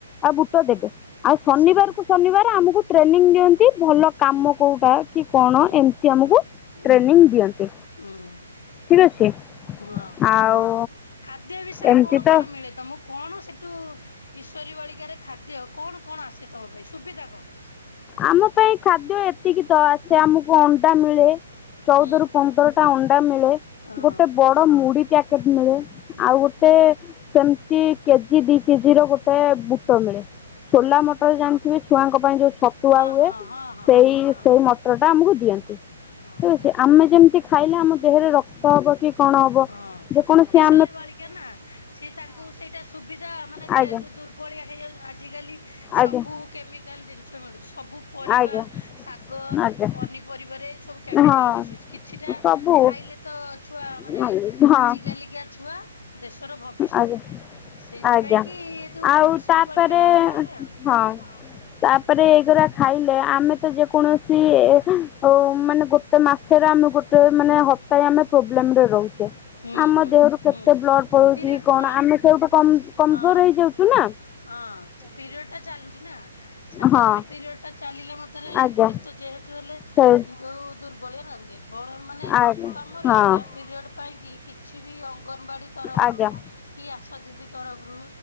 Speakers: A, on the left; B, on the left.
A: ଆଉ ବୁଟ ଦେବେ। ଆଉ ଶନିବାର
B: ସେଇଟା
A: କୁ ଶନିବାର ଆମକୁ ଟ୍ରେନିଂ ଦିଅନ୍ତି। ଭଲ କାମ କୋଉଟା କି କଣ
B: ହୁଁ
A: ଏମତି ଆମକୁ
B: ହୁଁ ହୁଁ
A: ଟ୍ରେନିଂ ଦିଅନ୍ତି।
B: ହୁଁ
A: ଠିକ ଅଛି
B: ହଁ,
A: ଆଉ
B: ଖାଦ୍ୟ ବିଷୟରେ
A: ଏମିତି
B: କଣ
A: ତ
B: କଣ ମିଳେ ତମକୁ। କଣ ସେଠୁ କିସୋରୀ ବାଳିକାରେ ଖାଦ୍ୟ କଣ କଣ ଆସେ ତମ ପାଇଁ ସୁବିଧା କଣ?
A: ଆମ ପାଇଁ ଖାଦ୍ୟ ଏତିକି ତ ଆସେ ଆମକୁ ଅଣ୍ଡା ମିଳେ। ଚଉଦରୁ
B: ହୁଁ
A: ପନ୍ଦରଟା ଅଣ୍ଡା ମିଳେ।
B: ହଁ
A: ଗୋଟେ ବଡ ମୁଢ ପ୍ୟାକେଟ। ମିଳେ
B: ହୁଁ
A: ଆଉ ଗୋଟେ ସେମତି କେଜି ଦି କେଜି ର ଗୋଟେ ବୁଟ ମିଳେ। ସୋଲା
B: ଓହୋ
A: ମଟର ଜାଣିଥିବେ ଛୁଆଙ୍କ
B: ହଁ
A: ପାଇଁ ଯୋଉ ଛତୁଆ ହୁଏ।
B: ହଁ ହଁ ହଁ
A: ସେଇ
B: ହଁ
A: ସେଇ ମଟର। ଟା ଆମକୁ ଦିଅନ୍ତି। ଠିକ
B: ହଁ ହଁ
A: ଅଛି ଆମେ ଯେମିତି ଖାଇଲେ ଆମ ଦେହରେ
B: ହୁଁ
A: ରକ୍ତ ହବ କି କଣ ହବ
B: ହଁ
A: ଯେ କୌଣସି ଆ
B: କିଶୋରୀ ବାଳିକା ନା, ସିଏ ତାଙ୍କୁ ସେଇଟା ସୁବିଧା ମାନେ
A: ଆଜ୍ଞା
B: ଯେ ଯୋଉ ଦୁର୍ବଳିଆ ହେଇଯାଉଛନ୍ତି ଆଜିକାଲି। ସବୁ
A: ଆଜ୍ଞା
B: କେମିକାଲ ଜିନିଷ ମିଳୁଛି ସବୁ ପରିବା,
A: ଆଜ୍ଞା
B: ଶାଗ,
A: ଆଜ୍ଞା
B: ପନିପରିବାରେ। ସବୁ କେମିକାଲ
A: ହଁ
B: ମିଶଛି କିଛିଟା
A: ସବୁ
B: ଖାଇଲେ ତ ଛୁଆ
A: ହଁ
B: ମାନେ ଆଜି କାଲିକା ଛୁଆ। ଦେଶର ଭବିଷ୍ୟତ।
A: ଆଜ୍ଞା
B: ସେଇଥିପାଇଁ
A: ଆଜ୍ଞା
B: କି ଏ ଯୋଉ
A: ଆଉ
B: କିଶୋରୀ
A: ତାପରେ
B: ବାଳିକା ଟା ଅଣା ହୁଏ ଆଉ।
A: ହଁ
B: ହୁଁ
A: ତାପରେ ଏଇଗୁରା ଖାଇଲେ ଆମେ ତ ଯେକୌଣସି। ସି ଏ ହଉ ମାନେ ଗୋଟେ ମାସରେ ଆମେ ଗୋଟେ ମାନେ ହପ୍ତାହେ ଆମେ ପ୍ରୋବ୍ଲେମରେ ରହୁ ଚେ
B: ହୁଁ
A: ଆମ
B: ହୁଁ
A: ଦେହରୁ କେତେ
B: ହୁଁ
A: ବ୍ଲଡ ପଳଉଛି
B: ପିରିୟଡ଼
A: କି କଣ
B: ହଁ
A: ଆମେ ସେଇଠୁ କମ କମଜୋର
B: ହଁ
A: ହେଇଯାଉଛୁ ନା।
B: ହଁ, ସେ ପିରିୟଡ ଟା ଚାଲୁଛି ନା ସାତ
A: ହଁ
B: ଦିନି ପିରିୟଡ ଟା ଚାଲିଲା ମାତ୍ରାରେ
A: ଆଜ୍ଞା
B: ଯେତେ। ଯେହେତୁ ହେଲେ
A: ସେ
B: ଯୋଉ ଦୂର୍ବଳିଆ ନା ଦୁର୍ବଳ ମାନେ
A: ଆଜ୍ଞା
B: ତମର
A: ହଁ
B: ଏଇଟା ପିରିୟଡ଼ ପାଇଁକି କିଛି ବି ଅଙ୍ଗନବାଡ଼ି ତରଫରୁ
A: ଆଜ୍ଞା
B: କି ଆଶା ଦିଦି ତରଫରୁ